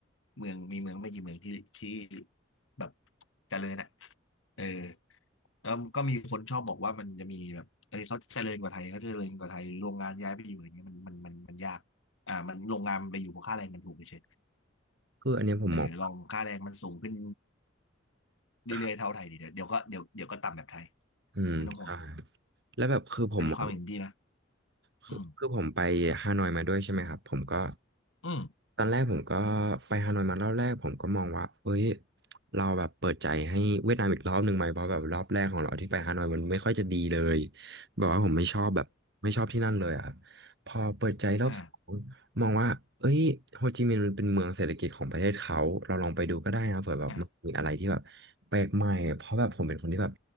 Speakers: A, on the left; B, on the right.
A: เมืองมีเมืองไม่กี่เมืองที่ที่แบบเจริญอ่ะเออแล้วก็มีคนชอบบอกว่ามันจะมีแบบเอ้ยเขาเจริญกว่าไทยเขาเจริญกว่าไทยโรงงานย้ายไปอยู่อะไรเงี้ยมันมันมันมันยากอ่ามันโรงงานมันไปอยู่เพราะค่าแรงมันถูกเฉย
B: คืออันเนี้ยผมมอง
A: เออลองค่าแรงมันสูงขึ้นเรื่อยๆเท่าไทยดีเดี๋ยวเดี๋ยวก็เดี๋ยวเดี๋ยวก็ต่ำแบบไทย
B: ครับอืมใช่
A: ไม่ต้องห่วง
B: แล้วแบบคือผมมอง
A: อันนี้ความเห็นดีนะ
B: คือคือผมไปฮานอยมาด้วยใช่ไหมครับผมก็
A: อืมอืม
B: ตอนแรกผมก็ไปฮานอยมารอบแรกผมก็มองว่าเอ้ยเราแบบเปิดใจให้เวียดนามอีกรอบหนึ่งไหมเพราะแบบรอบแรกของเราที่ไปฮานอยมันไม่ค่อยจะดีเลยแบบว่าผมไม่ชอบแบบไม่ชอบที่นั่นเลยอะครับพอเปิดใจรอบสองมองว่าเอ้ยโฮจิมินห์มันเป็นเมืองเศรษฐกิจของประเทศเขาเราลองไปดูก็ได้นะเผื่อแบบมันมีอะไรที่แบบแปลกใหม่เพราะแบบผมเป็นคนที่แบบ
A: อ่าอ่า